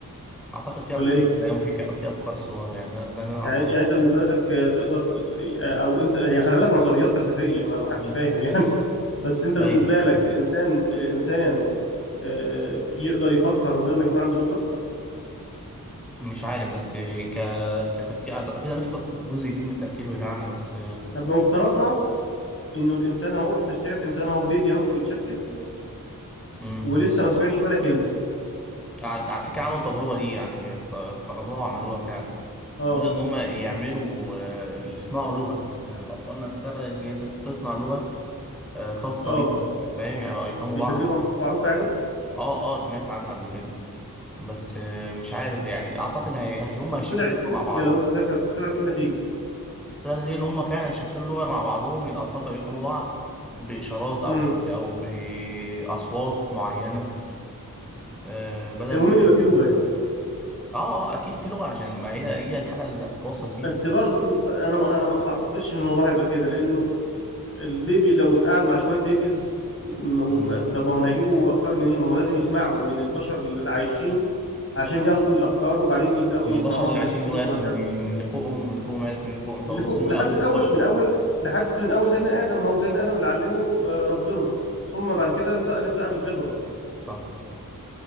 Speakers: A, in the centre; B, on the left (about 40°).
A: اعتقد في
B: ولا
A: افكار
B: ايه
A: كلام وفي ك... في افكار صور يعني ده ده اللي انا اعتقد
B: يعني يعني انت بالنسبه لك آه، تقدر ت- ت- آه، او انت هي خلي بالك نظريات فلسفيه ما ما
A: مم.
B: حدش فاهم يعني <laughs> بس انت بالنسبه
A: ايوه
B: لك الانسان الانسان آه، يقدر يفكر من غير ما يكون عنده لغه
A: مش عارف بس ك... كتفكير أعت- اكيد هنفقد جزء كبير من التفكير بتاعنا بس
B: طب لو افترضنا انه الانسان اهو انت شايف انسان اهو بيبي اهو بيتشكل
A: امم
B: ولسه ما سمعش ولا كلمه
A: على على فكره عملوا التجربه دي يعني افت- افترضوها وعملوها فعلا
B: اه
A: بدل ان هم يعملوا آه، يصنعوا لغه يعني الاطفال نفسها بدات ان هي تس- تصنع لغه آه، خاصه
B: اه
A: بيهم فاهم يعني بقوا يفهموا
B: دي
A: بعض
B: تجربه معروفه يعني
A: اه اه سمعت عنها قبل كده بس آه، مش عارف يعني اعتقد هي هي- هم هيشكلوا
B: وطلعت
A: لغه
B: ايه النتيجه
A: مع بعضها
B: لو انت فاكر طلعت ايه النتيجه
A: الطريقه دي ان هم فعلا شكلوا لغه مع بعضهم الاطفال بقوا يفهموا بعض باشارات او
B: امم
A: او باصوات معينه آه، بدل
B: المهم
A: ما هم
B: ان
A: يفهموا
B: يبقى فيه لغه يعني
A: اه اه اكيد في لغه عشان ما هي هي الحاجه اللي هتتواصل بيها
B: بس برضو ب- انا ما انا ما ما اعتقدش ان الموضوع هيبقى كده لانه البيبي لو اتقعد مع شوية بيبيز م- وم-
A: مم.
B: طب ما هم هيجيبوا أفكار منين؟ ما هو لازم يسمعوا من البشر اللي عايشين عشان ياخدوا الأفكار وبعدين يبدأوا
A: ما
B: يصنعوها
A: هو البشر اللي
B: بنفسهم
A: عايشين دول عرفوا
B: وهكذا
A: منين
B: من
A: من اللي فوقهم واللي فوقهم عارف من اللي فوقهم طب
B: اللي
A: وصلنا
B: فوق لحد
A: اول
B: من
A: البشر
B: أول من أول لحد من أول سيدنا آدم ما هو سيدنا آدم اللي علمه آه، ربنا ثم بعد كده انتقلت بقى بالخبرة
A: صح